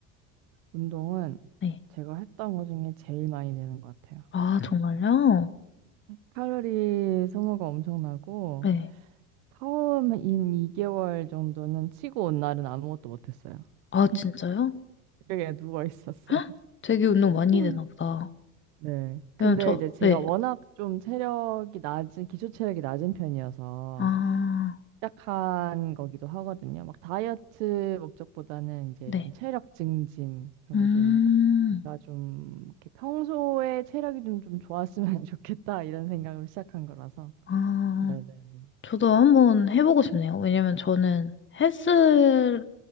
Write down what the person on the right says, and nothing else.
운동은
제가 했던 것 중에 제일 많이 되는 것 같아요.
칼로리 소모가 엄청나고
처음 인 2개월 정도는 치고 온 날은 아무것도 못했어요.
<laughs> 그냥 누워 있었어요.
<laughs>
음.
네. 근데
이제 제가
워낙 좀 체력이 낮은 기초 체력이 낮은 편이어서
시작한 거기도 하거든요. 막 다이어트 목적보다는 이제
좀 체력 증진 하고
좀 내가 좀 이렇게 평소에 체력이 좀, 좀 좋았으면 <laughs> 좋겠다 이런 생각으로 시작한 거라서.
네네네.